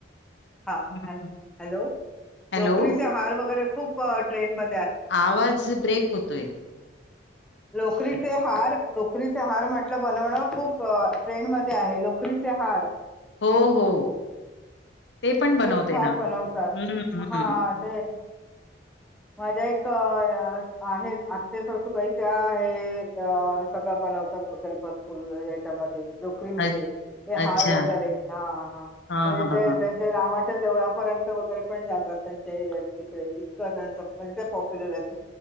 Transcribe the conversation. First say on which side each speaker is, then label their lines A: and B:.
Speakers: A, in the centre; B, on the left.
A: हा
B: हं.
A: हॅलो
B: हॅलो,
A: लोकरीचे हार वगैरे खूप ट्रेंन म
B: आवाज ब्रेक होतोय.
A: लोकरीचे हार लोकरीचे हार म्हटलं बनवणं खूप ट्रेंड मध्ये आहे लोकरीचे हार.
B: हो हो ते पण बनवते
A: फार
B: ना हम्म्
A: बनवतात
B: हम्म
A: हा हा
B: हम्म.
A: ते माझ्या एक आहेत आत्ते सासू बाई आहे अ सगळ बनवतात वस्तू याच्यामध्ये नोकरी म
B: अ
A: ते हार
B: अच्छा.
A: वगैरे हा ह
B: हां,
A: म्हणजे
B: हां,
A: ते
B: हां.
A: त्यांचे जवळापर्यंत वगैरे पण जातात त्यांच्या एरिया तिकडे इतकं त्यांच म्हणजे ते पॉप्युलर आहेत